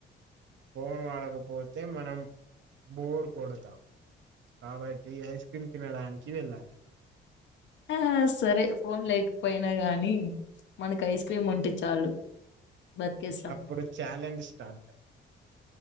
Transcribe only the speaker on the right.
ఫోన్ వాడకపోతే మనం బోర్ కొడతాం కాబట్టి ఐస్ క్రీమ్ తినడానికి వెళ్ళాలి
అప్పుడు ఛాలెంజ్ స్టార్ట్